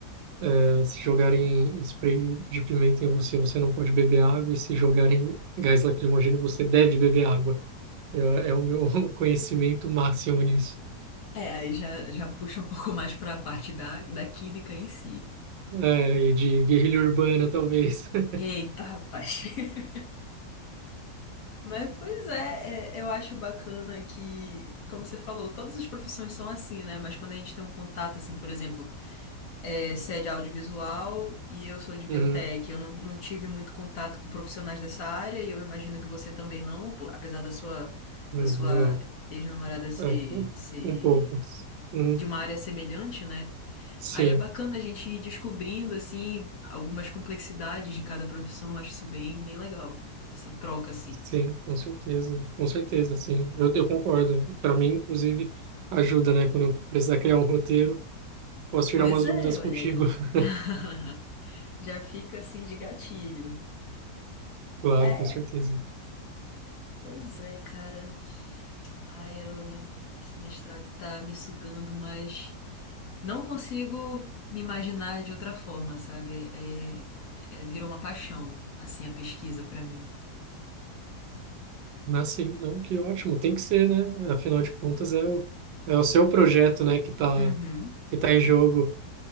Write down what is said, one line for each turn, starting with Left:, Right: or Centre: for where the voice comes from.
Right: é, se jogarem spray de pimenta em você, você não pode beber água, e se jogarem gás lacrimogêneo, você deve beber água. É, é o meu <laughs> conhecimento máximo nisso.
Left: É, aí já, já puxa um pouco mais para a parte da, da química em si.
Right: É, e de guerrilha urbana, talvez. <laughs>
Left: Eita, rapaz. <laughs> Mas, pois é, é, eu acho bacana que, como você falou, todas as profissões são assim, né? Mas quando a gente tem um contato, assim, por exemplo, é, se é audiovisual e eu sou de biotech.
Right: Uhum,
Left: Eu não, não tive muito contato com profissionais dessa área e eu imagino que você também não, pô, apesar da sua,
Right: uhum,
Left: da sua
Right: não.
Left: ex-namorada ser,
Right: É, um,
Left: ser
Right: um pouco. Uhum,
Left: de uma área semelhante, né?
Right: sim,
Left: Aí é bacana a gente ir descobrindo, assim, algumas complexidades de cada profissão. Eu acho isso bem, bem legal, essa troca, assim.
Right: sim, com certeza. Com certeza, sim. Eu, eu concordo. Para mim, inclusive, ajuda, né? Quando eu precisar criar um roteiro, posso tirar
Left: Pois
Right: umas
Left: é,
Right: dúvidas contigo.
Left: olha aí.
Right: <laughs>
Left: <laughs> Já fica assim de gatilho.
Right: Claro,
Left: É,
Right: com certeza.
Left: pois é, cara. Ai, olha, esse mestrado tá me sugando, mas não consigo me imaginar de outra forma, sabe? É, é- é, virou uma paixão, assim, a pesquisa pra mim.
Right: Mas sim, não, que ótimo. Tem que ser, né? Afinal de contas, é o, é o seu projeto, né, que tá,
Left: Uhum.
Right: que tá em jogo.